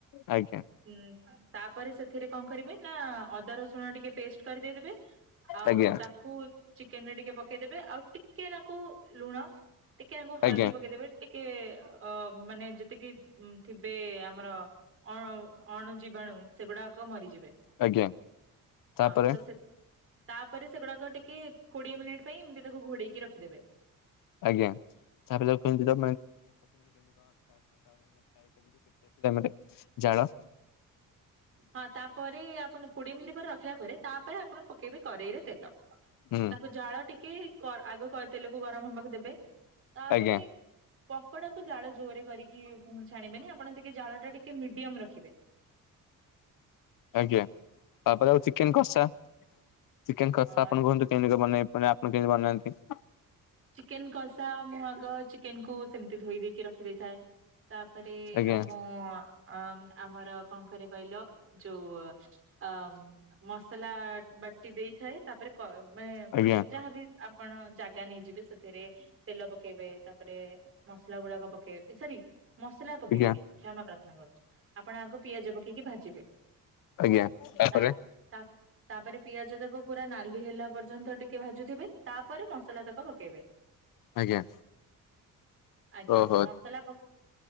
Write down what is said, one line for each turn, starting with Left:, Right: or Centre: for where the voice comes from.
Left: ଆଜ୍ଞା।
Right: ହୁଁ ତାପରେ ସେଥିରେ କଣ କରିବେ ନା ଅଦ ରସ ଶୁଣ ଟିକେ ପେଷ୍ଟ କରିକି ଦେଇଦେବେ। ଶୁ
Left: ଆଜ୍ଞା।
Right: ତାକୁ ଚିକେନ ରେ ଟିକେ ପ ପକେଇଦେବେ ଆଉ ଟିକେ ନାଙ୍କୁ ଲୁଣ ଟିକେ ନାଙ୍କୁ ହଳଦୀ
Left: ଆଜ୍ଞା
Right: ପକେଇଦେବେ। ଟିକେ ଅ ମାନେ ଯେତିକି ଥିବେ ଆମର ଅ ଅଣୁ ଜୀବାଣୁ ସେଗୁଡାକ ମରିଯିବେ।
Left: ଆଜ୍ଞା ତାପରେ
Right: ଅଁ ତ ସେ ତାପରେ ସେଗୁଡାକ ଟିକେ କୋଡିଏ ମିନିଟ୍ ପାଇଁ ଏମିତି ତାକୁ ଘୋଡେଇକି ରଖିଦେବେ।
Left: ଆଜ୍ଞା। ତା ତାକୁ କେତି୍ର <unintelligible> ଜାଳ
Right: ହଁ ତାପରେ ଆପଣ କୋଡିଏ ମିନିଟ୍ ପରେ ରଖିଲା ପରେ ତାପରେ ଆପଣ ପକେଇବେ କରେଇରେ ତେଲ।
Left: ହୁଁ।
Right: ତାକୁ ଜାଳ ଟିକେ କର ଆଗ କ ତେଲକୁ ଗରମ ହବାକୁ ଦେବେ ତାପରେ
Left: ଆଜ୍ଞା
Right: ପକଡାକୁ ଜାଳ ଜୋରରେ କରିକି ଛାଣିବେନି ଆପଣ ଟିକେ ଜାଳ ଟା ଟିକେ ମିଡିୟମ ରଖିବେ।
Left: ଆଜ୍ଞା ତାପରେ ଆଉ ଚିକେନ କଷା ଚିକେନ କଷା
Right: ଅ
Left: ଆପଣ କୁହନ୍ତୁ କେମତି କଣ ବନେଇବେ? ଫୁଣି ଆପଣ କେମିତି ବନାନ୍ତି?
Right: ଚିକେନ କସା ମୁଁ ଆଗ ଚିକେନକୁୁ ସେମିତି ଧୋଇ ଦେଇକି ରଖି ଦେଇଥାଏ। ତାପରେ
Left: ଆଜ୍ଞା
Right: ଅ ମୁଁ ଅ ଆମର କଣ କରେ କହିଲ ଯୋଉ ଅ ମସଲା ବାଟି ଦେଇଥାଏ ତାପରେ କ ମାନେ ଗୋଟେ
Left: ଆଜ୍ଞା
Right: ଯାହାବି ଆପଣ ଜାଗା ନେଇଯିବେ ସେଥିରେ ତେଲ ପ ପକେଇବେ ତାପରେ ମସଲା ଗୁଡାକ ପକେଇବେ ସରି ମସଲା ପକେଇବେନି।
Left: ଆଜ୍ଞା
Right: କ୍ଷମା ପ୍ରାର୍ଥନା କରୁଛୁ ଆପଣ ଆଗ ପିଆଜ ପକେଇକି ଭାଜିବେ
Left: ଆଜ୍ଞା ତାପରେ
Right: ତା ତା ତାପରେ ପିଆଜ ତକ ପୁରା ନାଲି ହେଲା ପର୍ଯ୍ୟନ୍ତ ଟିକେ ଭାଜୁଥିବେ ତାପରେ ମସଲା ତକ ପକେଇବେ।
Left: ଆଜ୍ଞା।
Right: ଆଜ୍ଞା
Left: ଓହୋ
Right: ମସଲା ପ